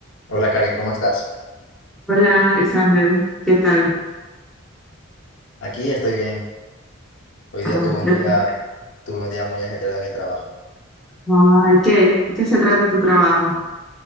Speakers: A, on the left (about 65°); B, in the centre.
A: Hola Karen, ¿cómo estás?
B: Hola Alexander, ¿qué tal?
A: Aquí estoy bien. Hoy día
B: Ah,
A: tuve un
B: ya-
A: día, tuve un día muy ajetreado en el trabajo.
B: ay, ¿qué? ¿De qué se trata tu trabajo?